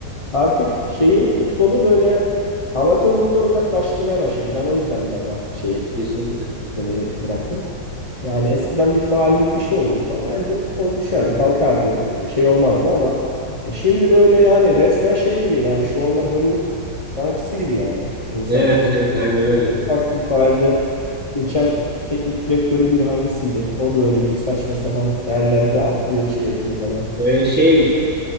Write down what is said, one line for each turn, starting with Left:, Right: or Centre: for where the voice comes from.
Left: Artık şeyin futbolu böyle amatör ruhtan uzaklaştırmaya başladı. Ben o yüzden biraz artık şey
Centre: Kesinlikle.
Left: demeyi bıraktım. Yani eskiden bir faullik bir şey olurdu falan. Anita futbolcu düşerdi, kalkardı. Şey olmazdı ama e, şimdi böyle yani resmen şey gibi yani showman Hollywood sanatçısı gibi yani E, insan.
Centre: Evet, evet, aynen öyle.
Left: Ufak bir faalde geçen teknik direktörün bir hangisiydi? O da öyle bir saçma sapan yerlerde atlıyor şey yapıyor falan.
Centre: Ee, şey,